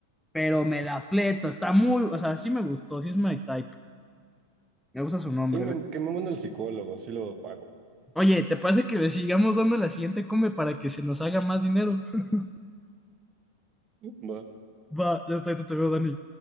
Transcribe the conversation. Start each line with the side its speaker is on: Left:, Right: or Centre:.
Centre: pero me la fleto. Está muy, o sea, sí me gustó, sí es my type. Me gusta su nombre,
Right: Sí, me-
Centre: ve.
Right: que me manda el psicólogo, sí lo pago.
Centre: Oye, ¿te parece que le sigamos dando la siguiente come para que se nos haga más dinero? <laughs>
Right: Va.
Centre: Va, ya está, ahí te veo, Dani.